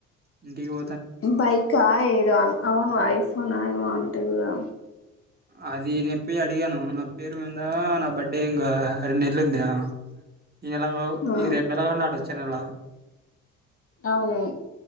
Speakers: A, on the right; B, on the left.
A: ఇంకేమో
B: బైకా ఏ దో అన్ అవును ఐఫోనా ఏమో అంటివిగా.
A: అది నేను పోయి అడిగాను. నా పేరు మీద నా బర్త్డే ఇంగా రెంనెల్లుంద. ఈ నెల గావ్
B: ఆ
A: ఈ రేపు నెలగాన్ దటోచ్చు. చ్చేనెల
B: అవును